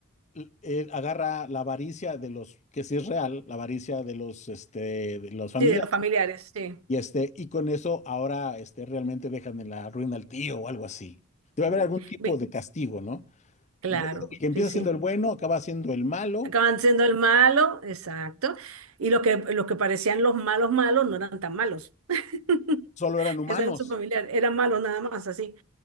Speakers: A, on the left; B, on the right.
A: l- él agarra la avaricia de los, que sí es real, la avaricia de los, este, de los familiares,
B: Sí, de los familiares, sí.
A: y, este, y con eso ahora este, realmente dejan en la ruina al tío o algo así. Debe
B: Sí.
A: haber algún tipo
B: Ve-
A: de castigo, ¿no?
B: Claro,
A: Entonces, el que empieza
B: sí, sí.
A: siendo el bueno, acaba siendo el malo,
B: Acaban siendo el malo, exacto. Y los que, los que parecían los malos malos no eran tan malos. <laughs>
A: solo eran humanos.
B: Ese era su familiar, eran malos nada más, así.